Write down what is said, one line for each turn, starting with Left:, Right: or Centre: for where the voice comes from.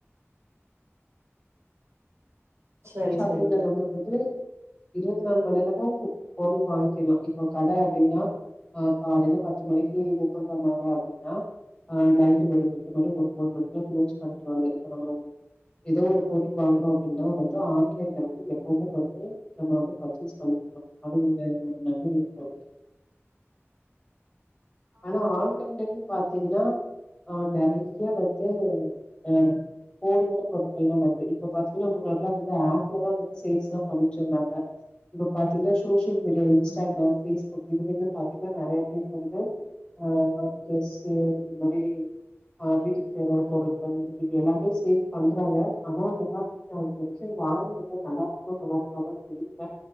Left: ஆன்லைன்
Right: சரி
Left: ஷாப்பிங்ல
Right: சரி சரி
Left: நம்ம வந்து இருவத்தி நாலு மணி நேரமும் போயி வாங்கிலா இப்போ கட அப்டின்னா ஆ காலேல பத்து மணிக்கு ஓப்பன் பண்ணுவாங்க அப்டினா ஆ நைட்டு ஒரு எட்டு மணி ஒரு ஒம்போது மணிக்லா பிரிச்சு பண்ணுவாங்க இப்ப நம்ம வந்து ஏதோ ஒரு பொடி வாங்றோ அப்டின்னா வந் தோ ஆன்லைன்ல வந்து எப்பவுமே வந்து நம்ம வந்து பர்ச்சேஸ் பண்ணிக்கணும் அது ஒரு நன்மை இருக்கு அதுல ஆனா ஆன்லைன்ல இருந்து பாத் பாத்தீங்னா ஆ நறைய வந்து அ போலியான பொருட்கள் லா வந்து இப்போ பாத்தீங்னா முன்னாடி லா வந்து ஆப்ல தா வந்து சேல்ஸ்லா பண்ணிட்டிருந்தாங்க இப்ப பாத்தீங்னா சோசியல் மீடியா இன்ஸ்டாகிராம் பேஸ்புக் இதுலிமே பாத்தீங்னா நறைய பேர் வந்து ஆ ஆ அந்த ட்ரெஸு இந்த மாரி ஆ வீட்டுக்கு தேவையான பொருகள் இது எல்லாமே சேவ் பண்றாங்க ஆனா அங்கெல்லா வந்து நா விஷ்யோ வாங்குற நல்லா இருக்குமா நல்லா இருக்கான்னு தெரியுல